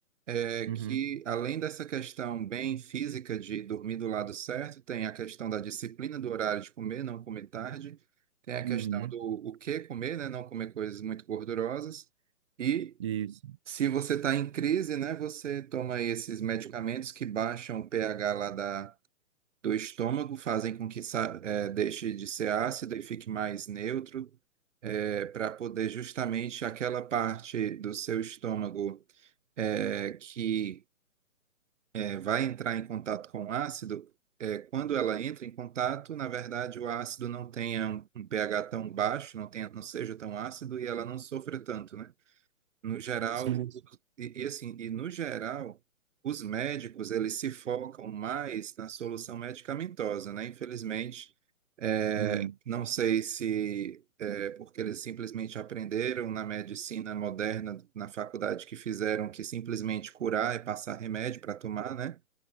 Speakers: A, on the right; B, on the right.
A: É
B: Uhum,
A: que além dessa questão bem física de dormir do lado certo, tem a questão da disciplina do horário de comer, não comer tarde, tem a
B: uhum,
A: questão do o que comer, né? Não comer coisas muito gordurosas, e
B: isso,
A: Se você está em crise, né, você toma aí esses medicamentos que baixam o pH lá da, do estômago, fazem com que sa- eh, deixe de ser ácido e fique mais neutro, para poder justamente aquela parte do seu estômago eh, que eh, vai entrar em contato com o ácido, eh, quando ela entra em contato, na verdade o ácido não tenha um um pH tão baixo, não tenha, não seja tão ácido e ela não sofra tanto, né? No geral,
B: sim, sim.
A: e, e assim, e no geral, os médicos eles se focam mais na solução medicamentosa, né? Infelizmente, é,
B: é.
A: não sei se é porque eles simplesmente aprenderam na medicina moderna, na faculdade que fizeram que simplesmente curar é passar remédio para tomar, né?